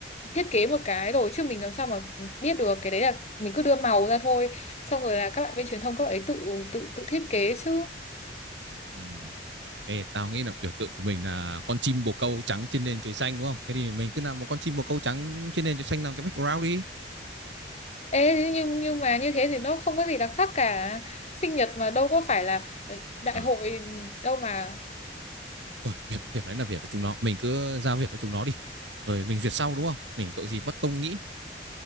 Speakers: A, on the left; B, on the right.
A: thiết kế một cái rồi chứ mình làm sao mà biết được cái đấy là mình cứ đưa màu ra thôi xong rồi là các bạn bên truyền thông các bạn ấy tự tự tự thiết kế chứ
B: Ừm, Ê, tao nghĩ là biểu tượng của mình là con chim bồ câu trắng trên nền trời xanh đúng không thế thì mình cứ làm một con chim bồ câu trắng trên nền trời xanh làm cái background đi
A: Ê, thế nhưng nhưng mà như thế thì nó không có gì đặc sắc cả sinh nhật mà đâu có phải là ờ, đại
B: ờ
A: hội đâu mà
B: thôi việc việc đấy là việc của chúng nó mình cứ giao việc cho chúng nó đi rồi mình duyệt sau đúng không mình tội gì bất công nghĩ